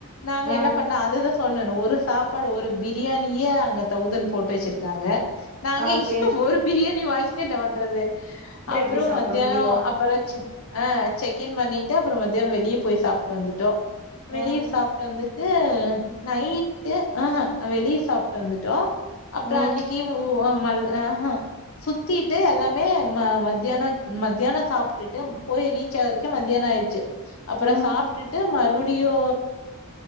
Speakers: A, on the left; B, on the right.
A: நாங்க
B: ஆ
A: என்ன பண்ணோ அதுதா சொன்னல ஒரு ரு சாப்பாடு ஒரு பிரியாணியே அங்க தௌசண் போட்டு வெச்சிருக்காங்க. நாங்க
B: அதுக்கு
A: ஒரு பிரியாணி வாங்கி என்ன பண்றது
B: அப்றோ
A: அப்பறோ
B: எப்டி சாப்ட
A: மத்தியானோ
B: முடியு
A: அப்பறோ செக் ஆ செக்கின் பண்ணிட்டு அப்பறோ மத்தியான வெளிய போய் சாப்ட்டு வந்துட்டோ வெளிய
B: ஆ
A: சாப்ட்டு வந்து டு நைட்டு ஆஹ அ வெளிய சாப்ட்டு வந்துட்டோ அப்றோ
B: ம்
A: அன்னிக்கி <unintelligible> ஆஹ சுத்திட்டு எல்லாமே ம மத்தியான மத்தியானோ சாப்டுட்டு போய் ரீச் ஆகரதுக்கே மத்தியான னோ ஆயிர்ச்சி அப்பறோ
B: ம்
A: சாப்டுட்டு மறுபடியு